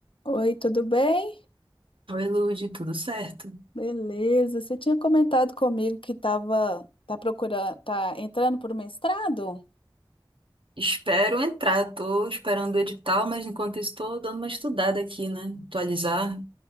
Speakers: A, on the left (about 70°); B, on the right (about 70°).
A: Oi, tudo bem?
B: Oi, Lude, tudo certo?
A: Beleza. Você tinha comentado comigo que estava tá procurando, tá entrando para o mestrado?
B: Espero entrar, tô esperando o edital, mas enquanto isso tô dando uma estudada aqui, né? Atualizar